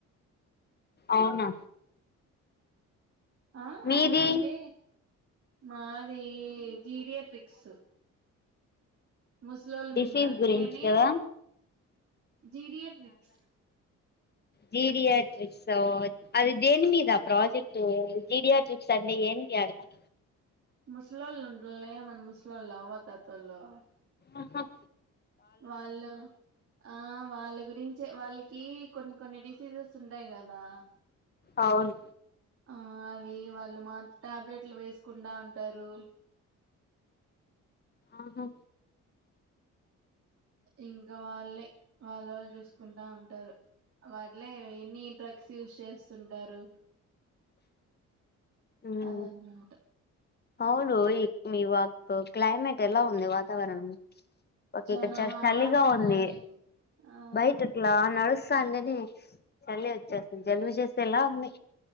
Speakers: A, on the left (about 35°); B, on the right (about 50°).
A: అవునా
B: ఆ
A: మీది
B: అవునంటె మాది జీడియే ట్రిక్స్ ముస్లొల్ల
A: డిసీజ్
B: మింద
A: గురించి
B: నేనే
A: కదా
B: జీడియే ట్రిక్స్
A: జిడియా ట్రిక్స్ ‌ఓ అది దేని మీద ప్రాజెక్టు జీడియాట్రిక్స్ అండే ఏంటి అర్థం
B: ముసలోళ్ళు ఉండ్ల్య మన ముసలోళ్ళు అవ్వ తాతోలు
A: హ
B: వాళ్ళు ఆ వాళ్ళ గురించే వాళ్ళకి కొన్ని కొన్ని డిసీజెస్ ఉంటాయి కదా
A: అవును
B: ఆ అవి వాళ్ళు మా టాబ్లెట్లు వేసుకుండా ఉంటారు
A: ఆహా
B: ఇంకా వాళ్ళే వాళ్ళ వాళ్ళు చూసుకుంటా ఉంటారు వాళ్ళే ఎన్ని డ్రగ్స్ యూస్ చేస్తుంటారు
A: ఉమ్
B: అదన్ మాట
A: అవును ఈ వా క్లైమేట్ ఎలా ఉంది వాతావరణము ఒకే
B: చానా
A: ఇక్కడ చ
B: హార్డ్
A: చలిగా ఉంది
B: గానే ఆ
A: బయట అట్లా నడుస్ సండే నే చలి వచ్చేస్తుంది జలుబు చేసేలా ఉంది